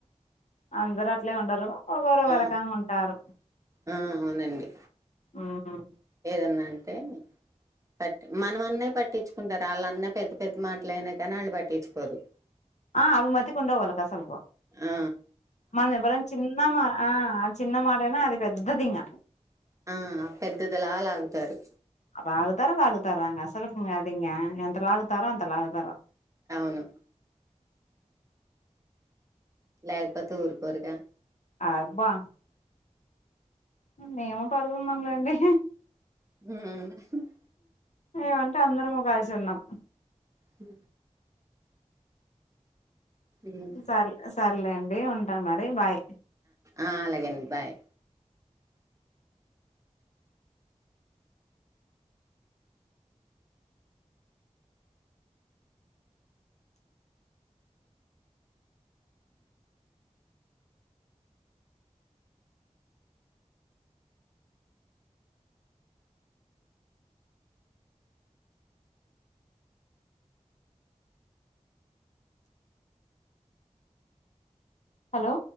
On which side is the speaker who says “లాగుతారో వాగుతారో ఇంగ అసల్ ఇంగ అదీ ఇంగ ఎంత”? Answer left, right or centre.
Left